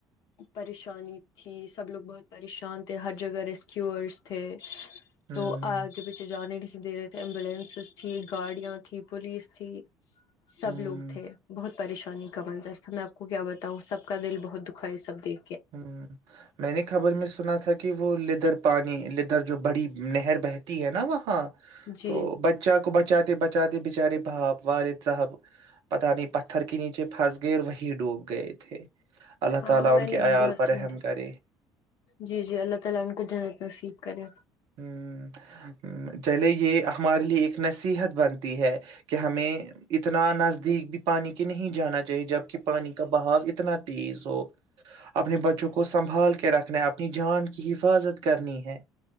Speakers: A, on the left; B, on the right.
A: پریشانی تھی سب لوگ بہت پریشان تھے ہر جگہ ریسکیورس تھے
B: ہوں
A: تو اگے پیچھے جان لی دے رہے تھے ایمبولینسز تھی گاڑیاں تھی پولیس تھی سب
B: ہوں
A: لوگ تھے بہت پریشانی کا منظر تھا میں کو کیا بتاؤ سب کا دل بہت د کھائی سبتی
B: ہ میں نے خبر میں سنا تھا کہ وہ لدر پانی ل ادھر جو بڑی نہر بہتی ہے نا وہاں
A: جی
B: تو بچہ کو بچ بچاتے بچاتے بچارے بھاپ والد حب پتہ آ ن نہیں پتھر کینی چچے پس غیر وہی ڈوب گئے تھے اللہ
A: ہاں
B: تعالی
A: میں
B: کے عیال
A: بہت
B: پر رحم
A: سی
B: کرے
A: جی جی اللہ تعالا ان کو جنت نصیب کرے
B: ہمم چلے یہ ہمارے لیے ایک نصیحت بنتی ہے کہ ہمیں اتنا نزدیک پانی کے نہیں جانا چاہیے جبکہ پانی کا بہاؤ اتنا تیز ہو اپنے بچوں کو سنبھال کے رکھنا اپنی جان کی حفاظت کرنی ہے